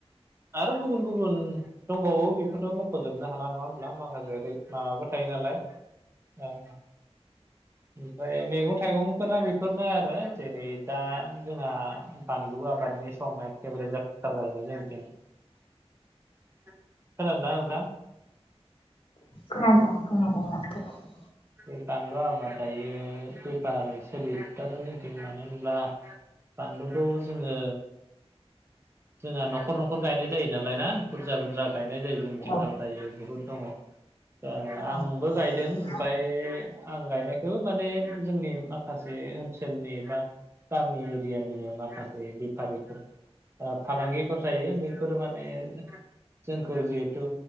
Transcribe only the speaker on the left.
खोनादों खोनादों आं खोनादों
औ
औ
मा